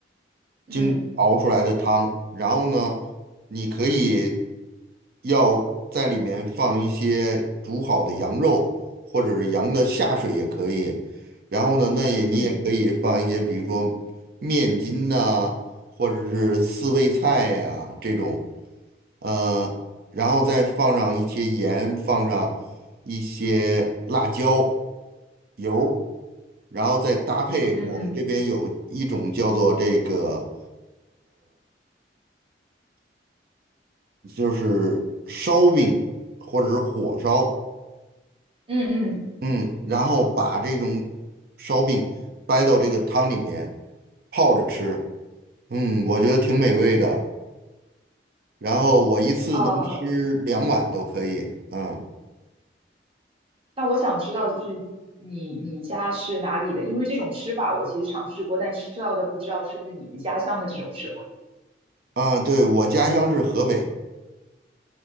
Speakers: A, on the right; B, on the right.
A: 嗯
B: 经熬出来的汤，然后呢，你可以要在里面放一些煮好的羊肉，或者是羊的下水也可以。然后呢，那也你也可以放一些，
A: 嗯
B: 比如说面筋呐、或者是四味菜呀、这种，呃，然后再放上一些盐，放上一些辣椒油儿然后再搭配我们这边有一种叫做这个
A: 嗯
B: 就是烧饼或者是火烧，
A: 嗯嗯，
B: 嗯，然后把这种烧饼掰到这个汤里面泡着吃，嗯，我觉得挺美味的。然后我一次能吃两碗都可以，
A: 哦，
B: 嗯
A: 那我想知道，就是你你家是哪里的？因为这种吃法我其实尝试过，但吃到的不知道是不是你们家乡的这种吃法。
B: 啊，对，我家乡是河北，